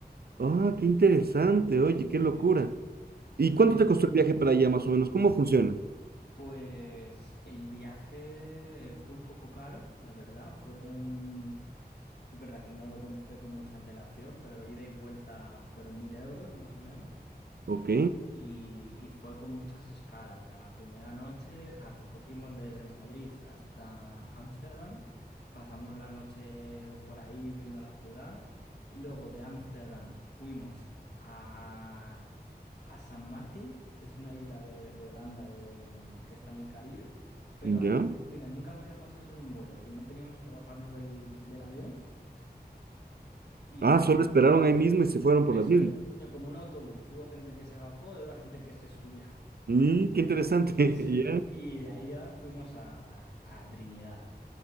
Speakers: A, on the right; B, on the left.
A: Ah, qué interesante. Oye, qué locura.
B: Sí.
A: ¿Y cuánto
B: Sí,
A: te costó el viaje para allá, más o menos? ¿Cómo funciona?
B: Pues el viaje fue un poco caro, la verdad. Fueron, es verdad que no lo compré con mucha antelación, pero ida y vuelta fueron mil euros más o menos.
A: Ok.
B: Y, y fue con muchas escalas. A la primera noche, o sea, cogimos desde Madrid hasta Ámsterdam, pasamos la noche por ahí viendo la ciudad. Luego de Ámsterdam fuimos a, a San Martín, que es una isla de, de Holanda de- que está en el Caribe. Pero
A: Ya.
B: ahí, mira, nunca me había pasado eso en un vuelo, que no teníamos que bajarnos del, del avión. Y
A: Ah, solo esperaron ahí mismo y se fueron por
B: eso
A: las mismas.
B: es, eh, como un autobús, hubo gente que se bajó y otra <laughs> gente que se subió.
A: Mm, qué interesante. <laughs>
B: Sí,
A: Ya.
B: y de ahí ya fuimos a, a Trinidad.